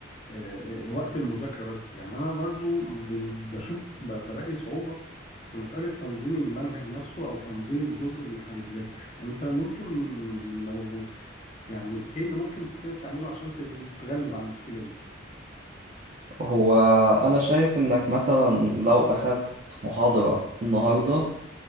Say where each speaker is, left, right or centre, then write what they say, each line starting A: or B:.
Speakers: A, on the left; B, on the right.
A: آه، وقت المذاكره بس يعني انا برضو بن- بشوف ب- بلاقي صعوبه في مساله تنظيم المنهج نفسه او تنظيم الجزء اللي هيتذاكر انت ممكن لو يعني ايه اللي ممكن ت- تعمله عشان تغل- تغلب على المشكله دي
B: هو أنا شايف إنك مثلا لو أخدت محاضرة النهاردة